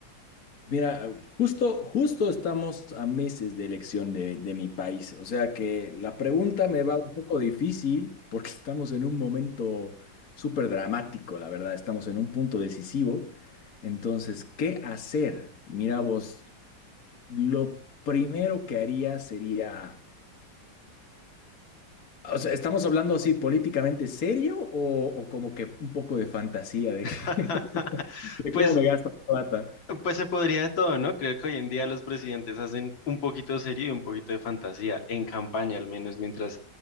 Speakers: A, on the left; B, on the left.
A: Mira, justo, justo estamos a meses de elección de, de mi país, o sea que la pregunta me va un poco difícil porque <laughs> estamos en un momento súper dramático, la verdad, estamos en un punto decisivo. Entonces, ¿qué hacer? Mira vos, lo primero que haría sería, o sea, ¿estamos hablando así políticamente serio o, o como que un poco de fantasía de,
B: <laughs>
A: que- <laughs> de
B: Pues
A: cómo me gasto la plata?
B: Pues se podría de todo, ¿no? Creo que hoy en día los presidentes hacen un poquito de serio y un poquito de fantasía, en campaña al menos, mientras